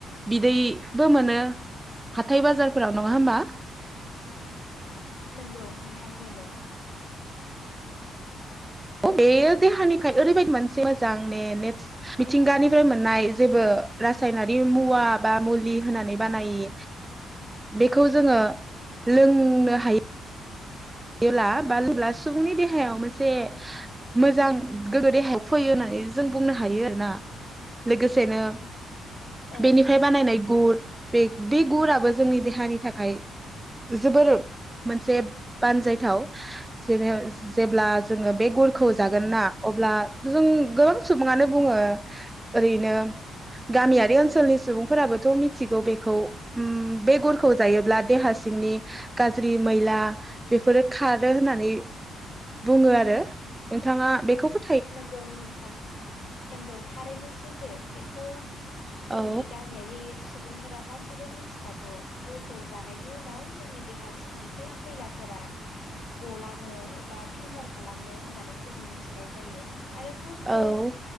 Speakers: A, on the right; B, on the left.
A: बिदैबो मोनो हाथाय बाजारफोराव नङा होमबा।
B: नोंगौ नोंथां मोनो।
A: बेयो देहानिखाय ओरैबायदि मोनसे मोजां ने-नेस मिथिंगानिफ्राय मोननाय जेबो रासायनारि मुवा बा मुलि होनानै बानायि बेखौ जोङो लोंनो हायो। जेला बा लोबब्ला सुबुंनि देहायाव मोनसे मोजां गोग्गो देहायाव फैयो होननानै जों बुंनो हायो आरोना लोगोसेनो
B: औ
A: बेनिफाय बानायनाय गुर बे बे गुराबो जोंनि देहानि थाखाय जोबोर मोनसे बानजायथाव जेने-जेब्ला जोङो बे गुरखौ जागोन ना अब्ला जों गोबां सुबुङानो बुङो ओरैनो गामियारि ओनसोलनि सुबुंफोराबोथ' मिथिगौ बेखौ उम बे गुरखौ जायोब्ला देहा सिंनि गाज्रि मैला बेफोरो खारो होननानै बुङो आरो नोंथाङा बेखौ फो
B: नोंगौ नोंथां नोंगौ थारैनो सैथो। बेखौ जोंनि
A: औ
B: गामियारि सुब सुबुंफोरा गासैबो मिथिखागौ गुरखौ जानायनि उनाव जोंनि देहा सिंनि बै मैलाफोरा गलाङो एबा फिल्टार खालामो होननानै जोङो मिथिनाय जायो। आरो गुरखौ
A: औ